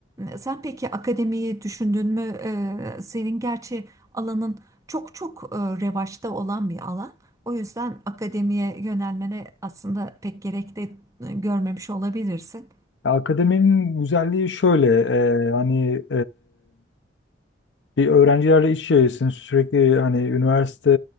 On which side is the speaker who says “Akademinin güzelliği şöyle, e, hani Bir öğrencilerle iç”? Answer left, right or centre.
Left